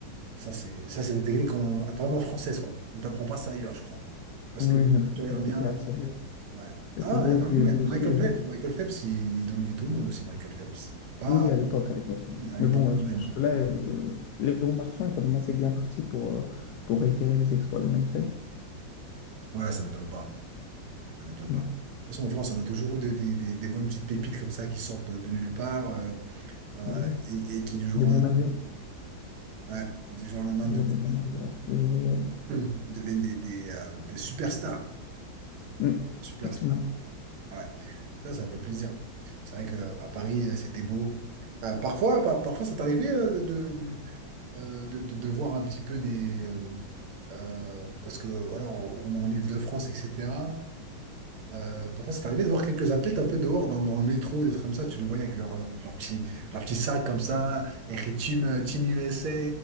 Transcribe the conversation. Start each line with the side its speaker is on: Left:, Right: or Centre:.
Right: ça c'est ça, c'est des techniques qu'on- vraiment françaises, quoi. On t'apprend pas ça ailleurs, je crois. Parce
Left: Oui,
Right: que
Left: ok,
Right: tu regardes
Left: c'était
Right: bien.
Left: assez beau.
Right: Ouais.
Left: C'était
Right: Ah,
Left: assez beau.
Right: il y avait,
Left: Puis il
Right: il
Left: y a
Right: y
Left: eu
Right: avait
Left: aussi.
Right: Michael
Left: euh,
Right: Phelps. Michael Phelps, il, il dominait tout le monde aussi, Michael Phelps. Pas
Left: Oui, oui, à l'époque, à l'époque. ouais.
Right: à
Left: Mais
Right: l'époque,
Left: bon, euh,
Right: mais
Left: je pense
Right: non.
Left: que là, euh, Léon Marchand est quand même assez bien parti pour, euh, pour réitérer les exploits de Michael.
Right: Ouais, ça m'étonne pas. Ça m'étonne
Left: Mm.
Right: pas. De toute façon, en France, on a toujours eu des, des, des, des bonnes petites pépites comme ça qui sortent de, de nulle part euh, euh,
Left: Des,
Right: et, et qui, du jour,
Left: des bons
Right: en-
Left: nageurs.
Right: ouais, du jour au lendemain,
Left: Toujours
Right: deviennent,
Left: des bons nageurs. Toujours.
Right: <clears throat> deviennent des, des, euh, des superstars.
Left: euh, mm.
Right: Superstars.
Left: Effectivement.
Right: Ouais. Ça, ça fait plaisir. C'est vrai qu'à Paris, euh, c'était beau. Euh, parfois, par- parfois, ça t'arrivait euh, de, euh, de, de, de voir un petit peu des. euh, euh, parce que voilà, on, on est en Île-de-France, etc. Euh, parfois, c'est arrivé de voir quelques athlètes un peu dehors dans, dans le métro, des trucs comme ça. Tu les voyais avec leur, leur, leur petit, leur petit sac comme ça, écrit Team, euh, Team USA,